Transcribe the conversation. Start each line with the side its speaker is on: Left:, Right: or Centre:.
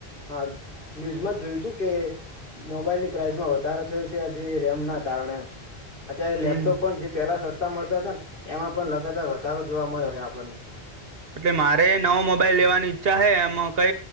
Left: હા ન્યૂઝમાં જ જોયું તું કે મોબાઈલ ની પ્રાઇસમાં વધારો થયો છે આજ રેમ ના કારણે અત્યારે
Right: હમ
Left: લેપટોપ પણ જે પેલા સસ્તા મળતા હતા ને એમાં પણ લગાતાર વધારો જોવા મળ્યો છે આપણને <inaudible>
Right: એટલે મારે નવો મોબાઈલ લેવાની ઈચ્છા હ એમાં કય